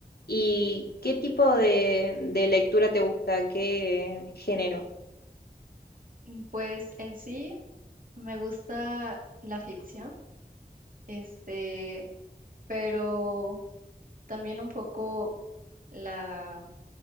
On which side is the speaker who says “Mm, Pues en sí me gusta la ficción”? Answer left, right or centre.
Right